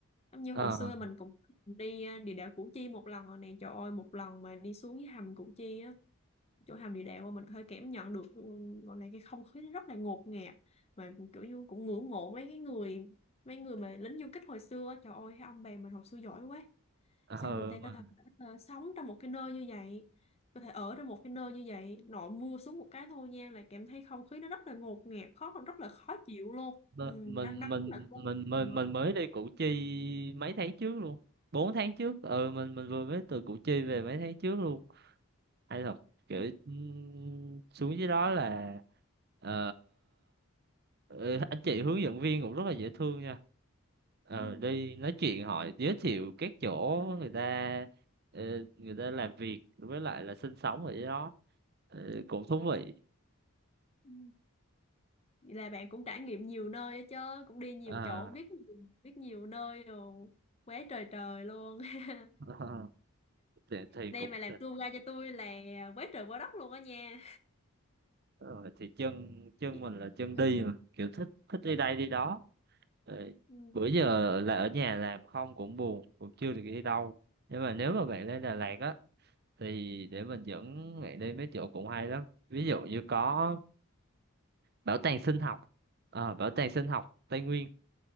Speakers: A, on the left; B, on the right.
A: giống như
B: ờ,
A: hồi xưa mình cũng đi ờ, địa đạo Củ Chi một lần rồi nè trời ơi một lần mà đi xuống cái hầm Củ Chi á chỗ hầm địa đạo mà mình hơi cảm nhận được ừ, gọi là cái không khí nó rất là ngột ngạt mà kiểu như cũng ngưỡng mộ mấy cái người mấy người mà lính du kích hồi xưa á. trời ơi cái ông bè mình hồi xưa giỏi quá
B: ờ,
A: sao người ta
B: mà
A: có thể ờ, sống trong một cái nơi như vậy có thể ở trong một cái nơi như vậy nội mưa xuống một cái thôi nha là cảm thấy không khí nó rất là ngột ngạt khó rất là khó chịu luôn
B: Mình
A: ừ,
B: mình
A: đang nắng là không
B: mình mình
A: nữa
B: mình mới đi Củ Chi mấy tháng trước luôn. bốn tháng trước. Ừ mình mình vừa mới từ Củ Chi về mấy tháng trước luôn. Hay thật kiểu
A: ừ,
B: ừm, xuống dưới đó là ờ, ừ, anh chị hướng dẫn viên cũng rất là dễ thương nha. Ờ,
A: ừ,
B: đi nói chuyện hỏi giới thiệu các chỗ người ta ờ, người ta làm việc với lại là sinh sống ở dưới đó. Ờ, cũng thú vị.
A: ừ. Vậy là bạn cũng trải nghiệm nhiều nơi á chứ cũng đi nhiều
B: À,
A: chỗ biết nhiều, biết nhiều nơi rồi quá trời trời luôn <laughs>
B: <laughs> thì, thì
A: đây
B: cũng
A: mà làm tour guide cho tôi là quá trời quá đất luôn á nha
B: rồi thì chân chân
A: <laughs>
B: mình là chân
A: ừ.
B: đi mà kiểu thích thích đi đây đi đó Rồi,
A: Ừ.
B: bữa giờ là ở nhà làm không cũng buồn cũng chưa được đi đâu nhưng mà nếu mà bạn lên Đà Lạt á thì để mình dẫn bạn đi mấy chỗ cũng hay lắm ví dụ như có bảo tàng sinh học Ờ, bảo tàng sinh học Tây Nguyên